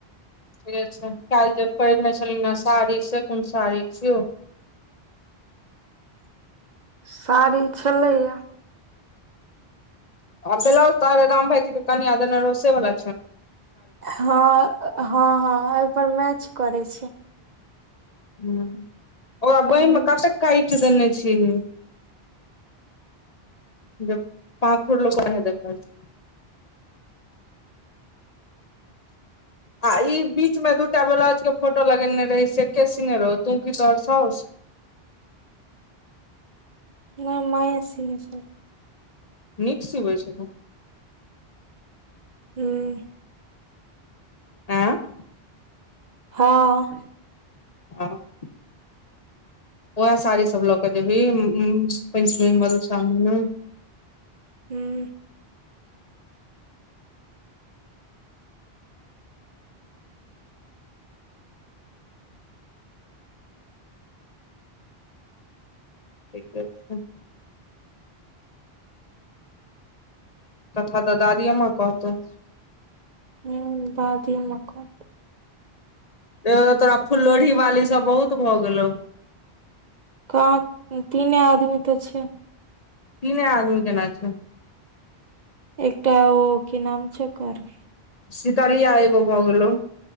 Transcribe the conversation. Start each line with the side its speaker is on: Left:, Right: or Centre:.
Left: ठीक छै काइल्ह जे पहिरने छलहीन ह साड़ी से कोन साड़ी छियौ?
Right: साड़ी छलैये।
Left: आ बेलौज तऽ हरेराम भाइजी के कनीया देने रहौ सेे बला
Right: हँ हँ हँ अइ पर मैच करै छै।
Left: हूॅं ओकरा बांहि
Right: हूँ
Left: मे
Right: हूँ
Left: कतेक काटि देने छीही। जे पाँखुड़ लोक के ओनहिये देखाइ छै। आ ई बीच में दूटा बलाउज के फोटो लगेने रही से के सीने रहौ तू की तोरह साउस?
Right: नै मांए सीने छलखिन।
Left: नीक सीबै छथुन।
Right: हूॅं।
Left: आँ
Right: हँ।
Left: <inaudible> उएह साड़ी सब लऽ कऽ जेबही उउ पंचमी मधुश्रावणी मे।
Right: हूँ।
Left: ठीके छै। कथा तऽ दादीये माँ कहतौ।
Right: हूँ दादीये माँ कहतै।
Left: एंह तोरा फुलोढ़ी बाली सब बहुत भऽ गेलौ।
Right: कहाँ तीने आदमी तऽ छै।
Left: तीने आदमी केना छै।
Right: एकटा ओ कि नाम छै ओकर
Left: शीतलिया एगो भऽ गेलौ।